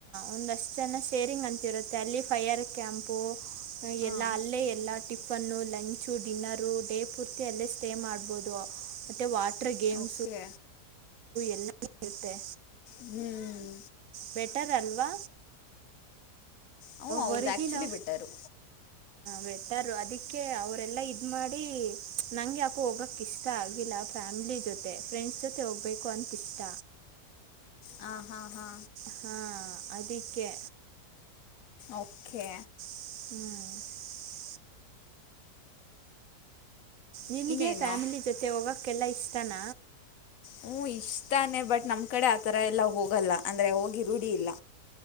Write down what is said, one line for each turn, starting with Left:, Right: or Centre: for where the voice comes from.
Right: ಒಂದಷ್ಟ ಜನ ಶೇರಿಂಗ್ ಅಂತಿರುತ್ತೆ ಅಲ್ಲಿ ಫೈಯರ್ ಕ್ಯಾಂಪು ಹ್ಮ
Left: ಹಾಂ
Right: ಎಲ್ಲಾ ಅಲ್ಲೇ ಎಲ್ಲಾ ಟಪ್ ಫನ್ನು ಲಂಚು ಡಿನ್ನರು ಡೇ ಪೂರ್ತಿ ಅಲ್ಲೇ ಸ್ಟೇ ಮಾಡ್ಬಹುದು ಮೆ ವಾ ಗೇಮ್ಸ್
Left: ಓಕೆ
Right: ಎಲ್ಲ ಇತೆ
Left: ಹ್ಮ್
Right: ಬೆಟರ್ ಅಲ್ವಾ
Left: ಹ್ಞೂ ಹೌದು
Right: ಹೊರ್ಗಿನ
Left: ಆ್ಯಕ್ಚುಲಿ ಬೆಟರು
Right: ಬೆಟರ್ ಅದಕ್ಕೆ ಅವರೆಲ್ಲಾ ಇದ ಇ ಮಾಡಿ ನಂಗೆ ಯಾಕೋ ಹೋಗೋಕ್ಕೆ ಇಷ್ಟ ಆಗಿಲ್ಲ ಫ್ಯಾಮಿಲಿ ಜೊತೆ ಫ್ರೆಂಡ್ಸ್ ಜೊತೆ ಹೋಗ್ಬೇಕು ಅಂತ ಇಷ್ಟ
Left: ಹ ಹಾ ಹಾ
Right: ಹಾ ಅದಿಕ್ಕೆ
Left: ಓಕೆ
Right: ಹ್ಮ್ ನಿಮಗೆ
Left: ಇನ್ನೇನು
Right: ಫ್ಯಾಮಿಲಿ ಜೊತೆ ಹೋಗಕ್ಕೆಲ್ಲಾ ಇಷ್ಟ ತನ
Left: ಹ್ಮಞ ಇಷ್ಟತಾನೆ ಬಟ್ ನಮ್ ಕಡೆ ಆತರ ಎಲ್ಲ ಹೋಗಲ್ಲ ಅಂದ್ರೆ ಹೋಗಿ ರೂಢ ಇಲ್ಲ